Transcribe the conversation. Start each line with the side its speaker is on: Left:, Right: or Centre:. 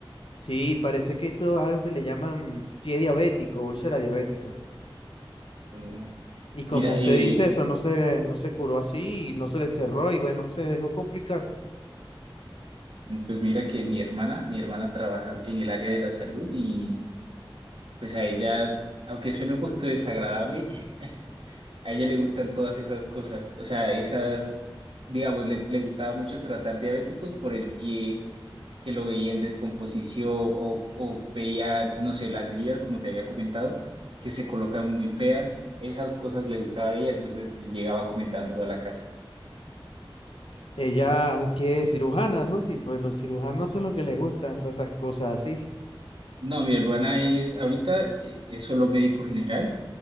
Left: Sí, parece que eso es algo que le llaman pie diabético, úlcera diabética.
Right: eh,
Left: Y como
Right: mira,
Left: usted
Right: eh,
Left: dice, eso no se, no se curó así y no se le cerró y bueno, se dejó complicar.
Right: pues mira que mi hermana, mi hermana trabaja en el área de la salud y pues a ella, aunque suene un poquito desagradable, <laughs> a ella le gustan todas esas cosas. O sea, esas, digamos, le, le gustaba mucho tratar diabéticos por el pie, que lo veía en descomposición o, o veía, no sé, las heridas, como te había comentado, que se colocan muy feas. Esas cosas le gustaba a ella, entonces pues, llegaba comentándolo a la casa.
Left: Ella, qué cirujana, algo así, pues los cirujanos son los que les gustan todas esas cosas así.
Right: No, mi hermana es, ahorita eh, es solo médico general